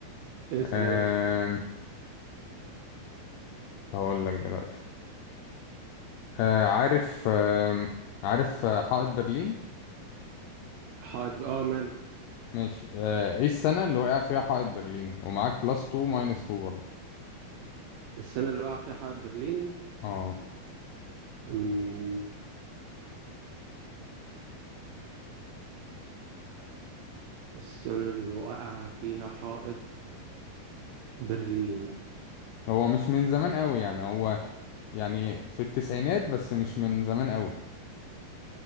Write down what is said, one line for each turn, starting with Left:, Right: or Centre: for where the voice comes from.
Right: اسال
Left: آه
Right: يا باشا
Left: هقول لك دلوقتي آه عارف آه عارف آه، حائط برلين
Right: حائط ب- اه ماله
Left: ماشي آه، ايه السنة اللي وقع فيها حائط برلين ومعاك بلس 2 ماينس 2 برضه
Right: السنه اللي وقع فيها حائط برلين
Left: اه
Right: أمم، السنة اللي وقع فيها حائط برلين
Left: هو مش من زمان قوي يعني هو يعني في التسعينات بس مش من زمان قوي